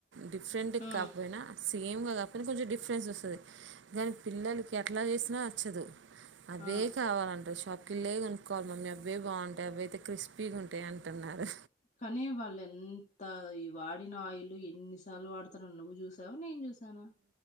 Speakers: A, on the right; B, on the left.
A: డిఫరెంట్కాపోయినా
B: ఆ
A: సేమ్ కద కని కొంచెం డిఫరెన్స్ వస్తది కానీ పిల్లలకి ఎట్లా చేసినా నచ్చదు అదే
B: ఆ
A: కావాలంట షాప్ కిల్లే కొనుక్కోవాలి మమ్మీ అబ్బయి బాగుంటాయి అబ్బయయితే క్రిస్పీగుంటాయి అంటున్నారు
B: కానీ వాళ్ళు ఎంత ఈ వాడిన ఆయిల్ ఎన్నిసార్లు వాడతారో నువ్వు చూసావా నేను చూస సనా